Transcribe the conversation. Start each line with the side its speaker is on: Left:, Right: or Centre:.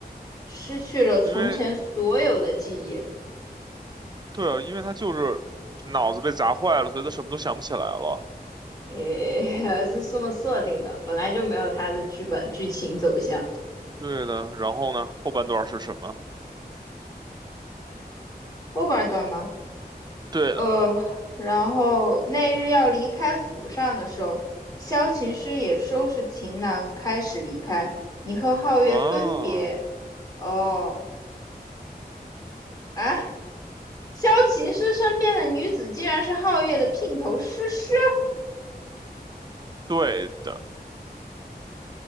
Left: 失去了从前所有的记忆，
Right: 因为对啊，因为他就是脑子被砸坏了，所以他什么都想不起来了。
Left: 诶，<laughs> 是这么设定的，本来就没有他的剧本剧情走向。
Right: 对的，然后呢？后半段是什么？
Left: 后半段吗？
Right: 对的，
Left: 呃，然后那日要离开府上的时候，萧琴师也收拾行囊开始离开。你和皓月分别，
Right: 啊，
Left: 哦，啊，萧琴师身边的女子竟然是皓月的姘头诗诗。
Right: 对的，